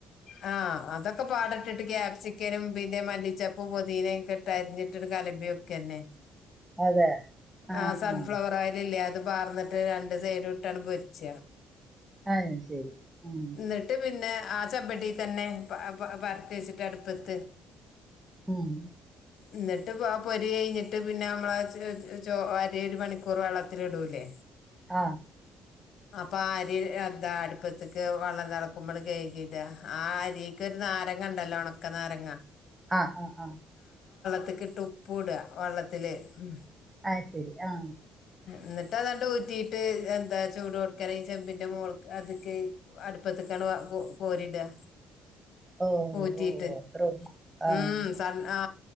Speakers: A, on the left; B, on the right.
A: ആ അതൊക്കെ പാടെട്ടിട്ട് ക്യാപ്സിക്കനും പിന്നെ മല്ലിച്ചപ്പും പോദീനൊക്കെ ഇട്ട് അരിഞ്ഞിട്ടി പയോഗക്ക <unintelligible>
B: അതെ ആഹ്
A: ആ സൺഫ്ലവർ
B: ആഹ്
A: ഓയിലില്ലേ അത് പാർന്നിട്ട് രണ്ട് സൈടു ട്ടാണ്ട് പൊരിച്ച
B: അയ് ശരി ഉം
A: എന്നിട്ട് പിന്നെ ആ ചെമ്പട്ടി തന്നെ പരത്തി വെച്ചിട്ട് അടുപ്പത്ത്
B: ഉം
A: ന്നിട്ട് ആ പൊരി കഴിഞ്ഞിട്ട് പിന്നെ നമ്മള അരി ഒരു മണിക്കൂർ വെള്ളത്തില് ഇടൂലേ
B: ആ
A: അപ്പൊ ആ അരി എന്താ അടുപ്പത്ത്ക്ക് വെള്ളം തെളക്കുമ്പോ കഴുകി ഇട ആ അരീക്ക് നാരങ്ങ ണ്ടല്ലോ ഒണക്ക നാരങ്ങ
B: ആ ആ ആ
A: ത്ത്ക്കിട്ട് ഉപ്പു ഇട വള്ളത്തില് ഉം
B: അയ് ശരി ആ
A: ന്നിട്ട് അതാണ്ട് ഊറ്റിട്ട് എന്താ ചൂടൊട്--ക്കനെ ചെമ്പിന്റെ മോൾ അത്ക്ക് അടുപ്പത്തി <unintelligible> കോരിടാ
B: ഓഹ്
A: ഊറ്റിട്ട്
B: ഓഹ് അത്രേ ഒള്ളൂ ആഹ്
A: ഉം സൻ ആ